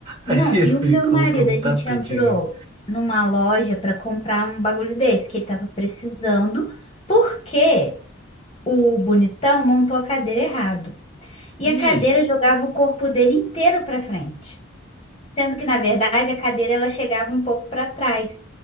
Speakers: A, on the right (about 25°); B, on the left (about 30°).
A: Aí
B: Não, e o meu
A: eu <laughs>
B: marido,
A: colocou um
B: a
A: tapete
B: gente entrou
A: aqui.
B: numa loja para comprar um bagulho desse que ele tava precisando, porque o bonitão montou a cadeira errado. E
A: Ih,
B: a cadeira jogava o corpo dele inteiro para frente, sendo que na verdade a cadeira ela chegava um pouco para trás,